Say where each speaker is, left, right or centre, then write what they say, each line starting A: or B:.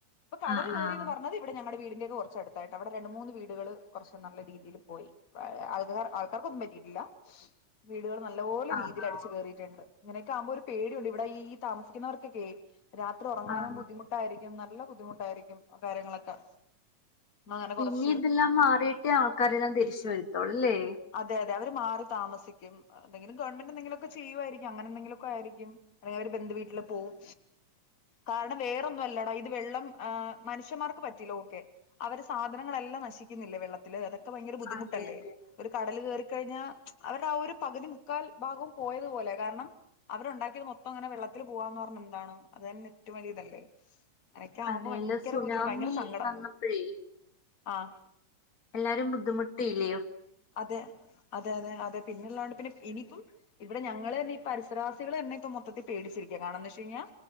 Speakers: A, on the left; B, on the left.
A: ഇപ്പ കടല്
B: ആഹ്
A: കേയറിന്ന്
B: ആഹ്
A: പറഞ്ഞത് ഇവിടെ ഞങ്ങടെ വീട്. ന്റെ കുറച്ചടുത്തായിട്ട്, അവിടെ രണ്ട് മൂന്ന് വീടുകൾ കുറച്ച് നല്ല രീതിയിൽ പോയി. ആൾക്കാർ ആൾക്കാർക്ക് ഒന്നും പറ്റിയിട്ടില്ല, വീടുകൾ നല്ലപോലെ
B: ആഹ്
A: രീതിയിൽ അടിച്ചു
B: ആഹ്
A: കറിയിട്ടുണ്ട്. ഇങ്ങനെയൊക്കെ ആക്കുമ്പോ ഒരു പേടിയുണ്ട്, ഇവിടെ ഈ താമസിക്കുന്നവർക്കൊക്കെയും രാത്രി ഉറങ്ങാനും
B: ആഹ്
A: ബുദ്ധിുട്ടായിരി ക്ക് നല്ല ബുദ്ധിമുട്ടായിരിക്കും ആ കാര്യങ്ങളൊക്കെ. അങ്ങനെ കുറച്ച്
B: ഇനി ഇതെല്ലാം മാറിയിട്ട് ആൾക്കാരെല്ലാം തിരിച്ചു വരത്തുള്ളൂ അല്ലേ.
A: അതെ അവര് മാറി താമസിക്കും എന്തെങ്കിലും ഗവൺമെന്റ് എന്തെിലൊക്കെ ചെയ്യുവായിരിക്കും അങ്ങനെ എന്തെിലൊക്കെ ആയിരിക്കും. അല്ലെ അവർ ബന്ധുവീട്ടില് പോകും. കാരണം വേറൊന്നും അല്ലടോ, ഇത് വെള്ളം ആഹ് മനുഷ്യമാർക്ക് പറ്റിയില്ല ഓക്കെ അവര് സാധനങ്ങളെല്ലാം. നശിക്കുന്നില്ലേ വെള്ളത്തിൽ അതൊക്കെ ഭയങ്കര ബുദ്ധിമുട്ടല്ലേ.
B: അതെ അതെ
A: കടൽ കയറിക്കഴിഞ്ഞാൽ അവരുടെ ആ ഒരു പകുതി മുക്കാൽ ഭാഗവും പോയതുപോലെ കാരണം. അവരുണ്ടാക്കിയത് മൊത്തം അങ്ങനെ വെള്ളത്തിൽ പോവാന്ന് പറഞ്ഞ എന്താണ്, അത് തന്നെ ഏറ്റവും വലിയ ഇതല്ലേ. അങ്ങനെയൊക്കെ ആകുമ്പോ
B: അതേല്ല
A: ഭയങ്കര
B: സുനാമി
A: ബുദ്ധിമുട്ട് ഭയങ്കര സങ്കടം
B: വന്നപ്പോഴേ
A: ആഹ്.
B: എല്ലാരും ബുദ്ധിമുട്ടയില്ലേ.
A: അതെ അതെ അതെ അതെ പിന്നെള്ളാണ്ട് പിന്നെ. ഇനിയിപ്പം ഇവിടെ ഞങ്ങള് തന്നെ ഈ പരിസരവാസികൾ തന്നെ ഇപ്പം മൊത്തത്തി പേടിച്ചിരിക്കുക, കാരണം എന്നെ വെച്ച് കഴിഞ്ഞാൽ